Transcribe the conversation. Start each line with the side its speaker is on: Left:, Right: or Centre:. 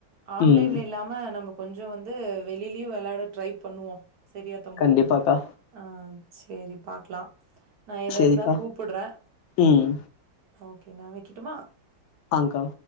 Right: ஆன்லைன்ல
Left: ம்.
Right: இல்லாம நம கொஞ்சோ வந்து வெளிலேயு விளையாட ட்ரை பண்ணுவோ செரியா தம்பு
Left: கண்டிப்பாக்கா
Right: ஆ செரி பாக்கலா நா எதா
Left: சேரிக்கா
Right: இருந்தா கூப்புடுறேன்
Left: ம்
Right: ஓகே நா வைக்கட்டுமா
Left: ஆங்க்கா